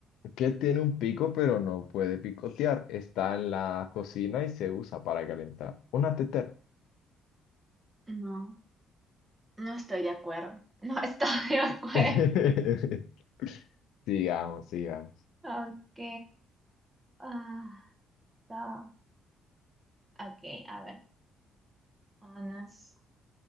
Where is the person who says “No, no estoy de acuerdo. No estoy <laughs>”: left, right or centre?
Right